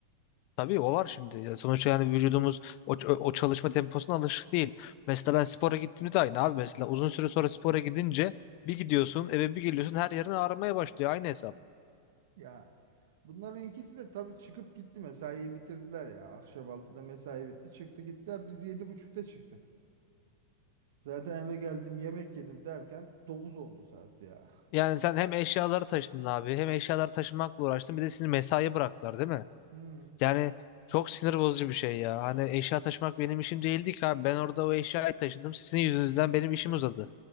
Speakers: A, on the left; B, on the right.
A: Tabii o var şimdi. Ya sonuçta yani vücudumuz o, ç- o çalışma temposuna alışık değil. Mesela ben spora gittiğimde de aynı abi. Mesela uzun süre sonra spora gidince bir gidiyorsun eve bir geliyorsun her yerin ağrımaya başlıyor. Aynı hesap.
B: Ya bunların ikisi de tabii çıkıp gitti mesaiyi bitirdiler ya. Akşam altıda mesai bitti çıktı gittiler. Biz yedi buçukta çıktık. Zaten eve geldim yemek yedim derken 9 oldu saat ya.
A: Yani sen hem eşyaları taşıdın abi hem eşyaları taşımakla uğraştın bir de seni mesaiye bıraktılar değil mi?
B: Hmm.
A: Yani çok sinir bozucu bir şey ya. Hani eşya taşımak benim işim değildi ki abi. Ben orada o eşyayı taşıdım. Sizin yüzünüzden benim işim uzadı.